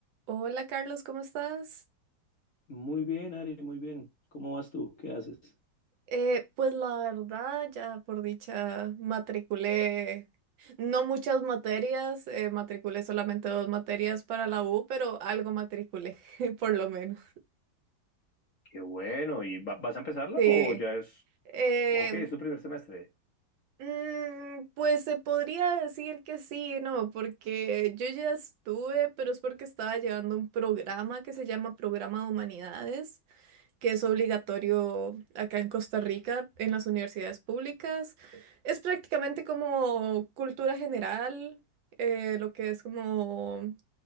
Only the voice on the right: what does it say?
Hola Carlos, ¿cómo estás?
Eh, pues la verdad, ya por dicha, matriculé no muchas materias, eh, matriculé solamente dos materias para la U, pero algo matriculé, <laughs> por lo menos.
Sí.
Eh,
mm, pues se podría decir que sí, ¿no? Porque yo ya estuve, pero es porque estaba llevando un programa que se llama Programa de Humanidades. que es obligatorio acá en Costa Rica, en las universidades públicas. Es prácticamente como cultura general, eh, lo que es como